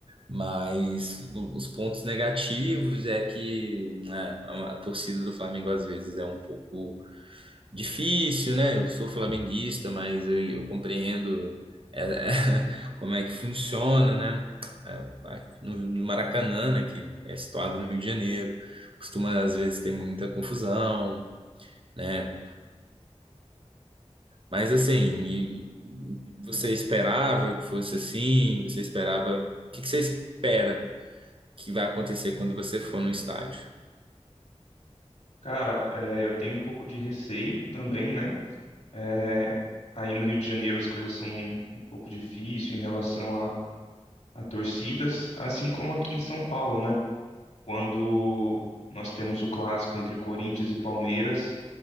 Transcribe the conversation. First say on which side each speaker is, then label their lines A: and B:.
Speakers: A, on the right; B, on the left.
A: Mas os pontos negativos é que né, a torcida do Flamengo às vezes é um pouco difícil, né? Eu sou flamenguista, mas eu, eu compreendo é, é, <laughs> como é que funciona, né? É, No, no Maracanã, né, que é situado no Rio de Janeiro, costuma às vezes ter muita confusão, né? Mas assim, e- você esperava que fosse assim? Você esperava. O que que você espera? que vai acontecer quando você for num estádio.
B: Cara, é, eu tenho um pouco de receio também, né? É, aí no Rio de Janeiro as coisas são um pouco difíceis em relação a, a torcidas, assim como aqui em São Paulo, né? Quando nós temos o clássico entre Corinthians e Palmeiras,